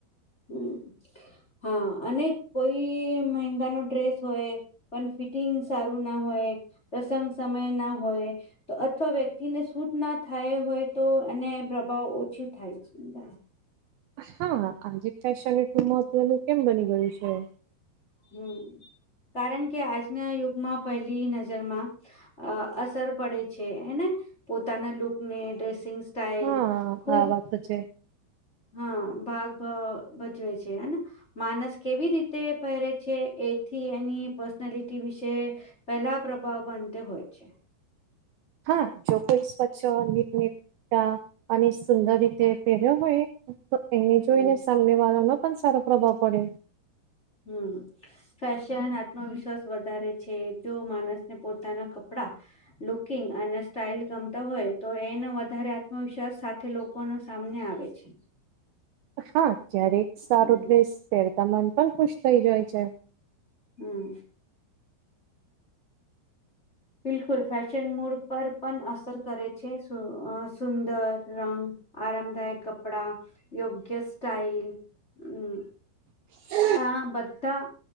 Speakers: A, on the left; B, on the right.
A: હમ હા, અને કોઈ મંગાનો ડ્રેસ હોય. પણ ફિટિંગ સારું ના હોય, પ્રસંગ સમય ના હોય. તો અથવા વ્યક્તિને શૂટ ના થાય હોય તો એને પ્રભાવ ઓછી થાય છે. બ
B: હા, આજે ફેશન એટલું મહત્વનું કેમ બની ગયું છે.
A: હમ, કારણ કે આજના યુગમાં પહેલી નજરમાં અ અસર પડે છે. એને પોતાના લુક ને ડ્રેસિંગ સ્ટાઇલ
B: હા
A: ખુબ
B: આ વાત તો છે
A: હા ભાગ ભ ભજવે છે. હને માનસ કેવી રીતે પહેરે છે. એથી એની પર્સનાલિટી વિશે પેલા પ્રભાવ બનતે હોય છે.
B: હા, જો કોઈ સ્વચ્છ ટટતા અને સુંદર રીતે પહેર્યો હોય. તો એને
A: હમ
B: જોઈને સામને વાળાનો પણ સારો પ્રભાવ પડે.
A: હમ. ફેશન આત્મવિશ્વાસ વધારે છે જો માનસને પોતાના કપડા લુકિંગ અને સ્ટાઈલ ગમતા હોય. તો એને વધારે આત્મવિશ્વાસ સાથે કોનો સામને આવે છે.
B: હા ક્યારેક સારો
A: હમ
B: ડ્રેસ પહેરતા મન પણ ખુશ થઈ જાય છે.
A: હમ. બિલકુલ ફેશન મૂડ પર પણ અસર કરે છે સુંદર, રંગ આરામદાયક કપડા, યોગ્ય સસ્ટાઈલ હમ
B: <inaudible>
A: આ બધા